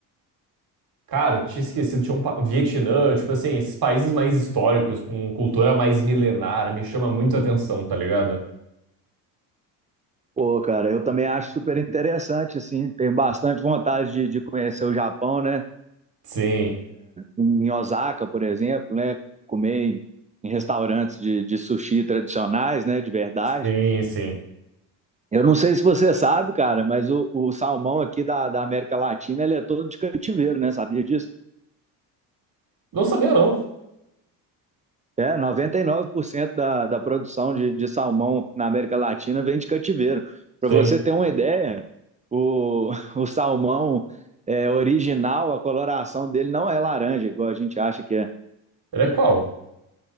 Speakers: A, on the right (about 45°); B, on the right (about 15°).
A: Cara, tinha esquecido, tinha um pa- Vietnã, tipo assim, esses países mais históricos, com cultura mais milenar, me chama muito a atenção, tá ligado?
B: Pô, cara, eu também acho super interessante, assim, tenho bastante vontade de, de conhecer o Japão, né?
A: Sim,
B: Em Osaka, por exemplo, né? Comer em, em restaurantes de, de sushi tradicionais, né? De verdade.
A: sim, sim.
B: Eu não sei se você sabe, cara, mas o, o salmão aqui da, da América Latina, ele é todo de cativeiro, né? Sabia disso?
A: Não sabia, não.
B: É, 99% da, da produção de, de salmão na América Latina vem de cativeiro.
A: Sim.
B: Para você ter uma ideia, o, <laughs> o salmão é, original, a coloração dele não é laranja, igual a gente acha que é.
A: Ele é qual?